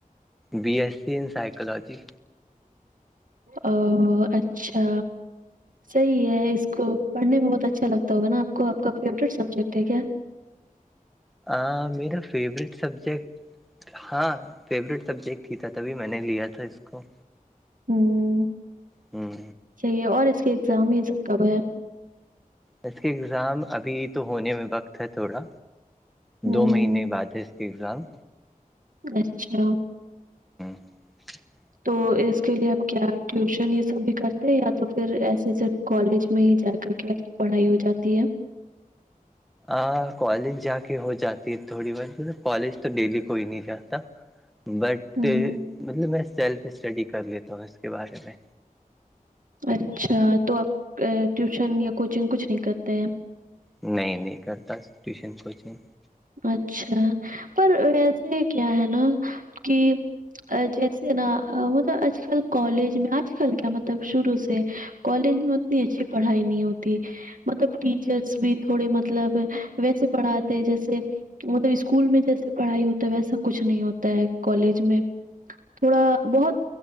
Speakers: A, in the centre; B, on the right.
A: B S C in psychology
B: او اچھا صحیح ہے اس کو پڑھنے میں بہت اچھا لگتا ہوگا نا آپ کو آ کا فیوریٹ سبجیکٹ ہے کیا
A: ہاں میرا فیورورٹ سبجیکٹ ہاں فیوریٹ سبجیکٹ ہی تھا تبھی میں نے لیا تھا اس کو
B: ہوں
A: ہوں
B: صحیح اور اس کے ایگزام یہ سب کب ہے
A: اس کے ایگزام ابھی تو ہونے میں وقت ہے تھوڑا
B: ہوں
A: دو مہینے بعد ہے اگزام
B: اچھا
A: <inaudible>
B: تو اس کے لیے اب کیا ٹیوشن یہ سب بھی کرتے ہیں یا تو پھر ایسے سے کالج میں ہی جا کر کے آپ کی پڑھائی ہو جاتی ہے
A: آ کالج جا کے ہو جاتی ہے تھوڑی بار کالج تو ڈیلی کوئی نہیں جاتا بٹ
B: ہوں
A: مطلب میں سیلف اسٹڈی کر لیتا ہوں اس کے بارے میں
B: اچھا تو آپ ٹیوشن یا کوچنگ کچھ نہیں کرتے ہیں
A: نہیں نہیں کرتا ٹیوشن کوچنگ
B: اچھا پر ویسے کیا ہے نا کہ جیسے نا مطلب آج کل کالج میں آج کل کیا مطلب شروع سے کالج میں اتنی اچھی پڑھائی نہیں ہوتی مطلب ٹیچرس بھی تھوڑے مطلب ویسے پڑھاتے جیسے مطلب اسکول میں جیسے پڑھائی ہوتا ہے ویسا کچھ نہیں ہوتا ہے کالج میں تھوڑا بہت